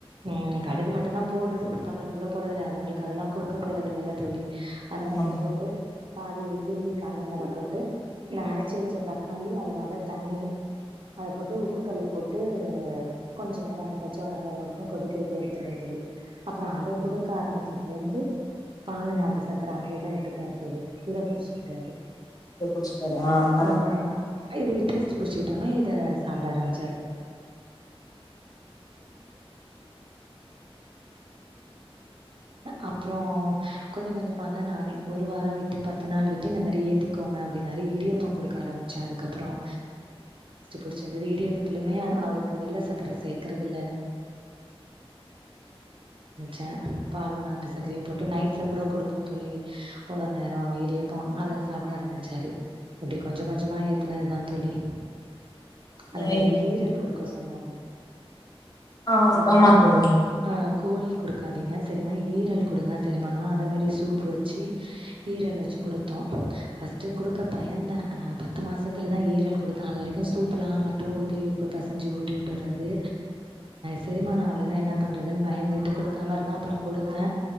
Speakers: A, on the right (about 55°); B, on the left (about 40°).
A: ம் கடுகு மட்டும்ந்தான் போடுறது உளு்தம்பருப்பு கூட போடுறதில்லை அதுங்களுக்கு அதெல்லாம் கொடுக்க போகறத இல்லைல்ல தோழி அதை
B: ஆமாங்க
A: மட்டும் போட்டு பாதி கிள்ளி காஞ்ச மிளக போட்டு இந்த அரைச்சி வச்ச தக்காளி அதனோட தண்ணி அதை போட்டு உப்புக்கல்லு போட்டு கொஞ்ச நேரம் அந்த பச்சை வாடை போற வரைக்கும் கொதிக்க விட்டூ எடுத்துருவேு தோழி அப்புறம் அதை கொடுக்க ஆரம்பிச்சத்துல இருந்துபால நாட்டு ச கிராந்த இதான் விட்டுட்டாரு தோழி இதை புிடிச்சுக்கிட்டாரு
B: இத குடிச்சிட்டாரு ஆ நல்லது
A: ஆ இது டேஸ்ட் சாிட ஆச்சோசான் ந அ கொஞ்ச ந ஒரு வட்டு ப ஏடியம்டு ஆம்டியம் பச்சது இடியப்ப வெள்ள சரை சர்கட்டு சான் ப ச ந அப்ப தோழி ஒவ்வொரு நேரம் இடியப்ப அதை சாப்பிட ஆரம்பிச்சாரு இப்படி கொஞ்சம் கொஞ்சமா ஏத்துனதுதான் தோழி அந்த
B: ஏ
A: மாரி ஈரல் கொடுக்க சொன்னாரு
B: ஆ
A: ஏன்னா
B: ஆமா தோழி
A: ஆ கோழி கொடுக்க இருக்காதீங்க சரிமா ஈரல் கொடுங்க சரி நா அதே மாரி சூப்பு வச்சு ஈரல் வச்சு கொடுத்தோம் ஃபர்ஸ்ட்டு கொடுக்க பயந்தேன் பத்து மாசத்தில் தான் ஈரல் கொடுத்தேன் அது வரைக்கும் சூப்புெலாம் மட்டும் ஊத்தி பசைஞ்சு ஊட்டி விட்டுர்றது செரிமாநம் ஆவளன்னா என்ன பண்ணுறதுன்னு பயந்துக்கிட்டு கொடுக்காம இருந்தால் அப்புறம் கொடுத்தேன்